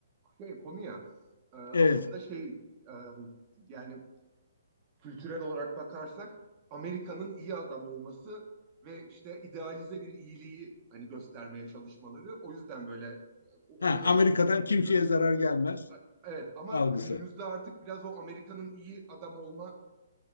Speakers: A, on the right; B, on the left.
A: şey, konu ya. Ee, aslında
B: Evet,
A: şey e, yani kültürel olarak bakarsak Amerika'nın iyi adam olması ve işte idealize bir iyiliği hani göstermeye çalışmaları o yüzden böyle e, onun
B: ha,
A: yansımasını
B: Amerika'dan
A: görüyoruz.
B: kimseye zarar gelmez
A: A- Evet ama
B: algısı.
A: günümüzde artık biraz o Amerika'nın iyi adam olma